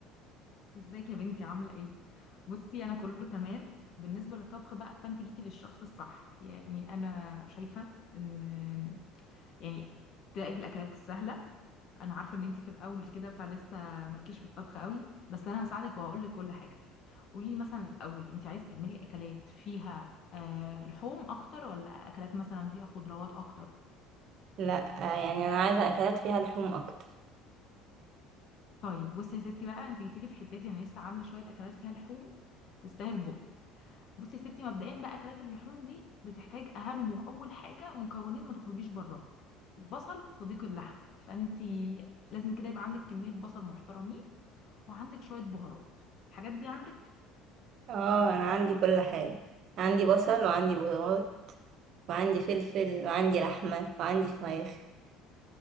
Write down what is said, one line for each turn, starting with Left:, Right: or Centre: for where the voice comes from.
Left: ازيك يا بنتي عاملة ايه؟ بصي انا كله تمام بالنسبة للطبخ بقى فانت جيتي للشخص الصح يعني انا شايفة ان يعني تراقب الاكلات السهلة انا عارفة ان انت في الاول كده فلسه مالكيش في الطبخ قوي بس انا هساعدك وهقول لك كل حاجة قولي لي مثلا الاول انت عايز تعملي اكلات فيها آه لحوم اكتر ولا اكلات مثلا فيها خضروات اكتر؟
Right: لا أه يعني انا عايزة اكلات فيها لحوم اكتر
Left: طيب بصي يا ستي بقى انت جيتي لي في حتتي انا لسه عاملة شوية اكلات فيها لحوم تستاهل بقك بصي يا ستي مبدئيا بقى اكلات اللحوم دي بتحتاج اهم واول حاجه مكونين ما تخرجيش براهم البصل صديق اللحمه فانتي لازم كده يبقى عندك كميه بصل محترمين وعندك شويه بهارات الحاجات دي عندك
Right: اه انا عندي كل حاجة عندي بصل وعندي بهارات وعندي فلفل وعندي لحمة وعندي فراخ